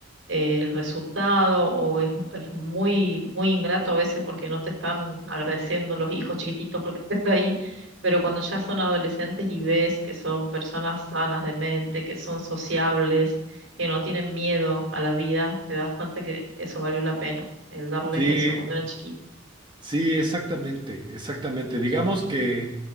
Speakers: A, on the right; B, on the right.
A: eh, el resultado o es, es muy, muy ingrato a veces porque no te están agradeciendo los hijos chiquititos porque <laughs> estás ahí, pero cuando ya son adolescentes y ves que son personas sanas de mente, que son sociables, que no tienen miedo a la vida, te das cuenta que eso valió la pena, el darles
B: sí,
A: eso cuando eran chiquitos.
B: Sí, exactamente, exactamente. Digamos que